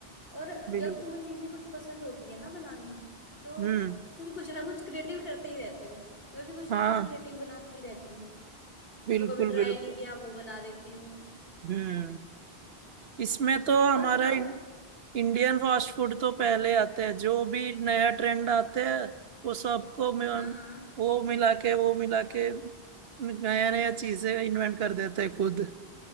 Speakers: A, on the left; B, on the right.
A: और
B: बिल्कुल
A: जब तुम्हें चीजें कुछ पसंद होती है ना बनानी तो
B: हम्म
A: तुम कुछ ना कुछ क्रिएटिव करते ही रहते हो मैं भी कुछ
B: हाँ
A: ना कुछ क्रिएटिव बनाती ही रहती हूँ
B: बिल्कुल
A: जो कभी ट्राई
B: बिल्कुल
A: नहीं किया वो बना देती हूँ
B: हम्म इसमें तो हमारा
A: और बताओ
B: इन, इंडियन फास्ट फूड तो पहले आते हैं जो भी नया ट्रेंड आते हैं वो सबको मिल-
A: हाँ हाँ
B: वो मिला के वो मिला के नया नया चीजें इन्वेंट कर देते हैं खुद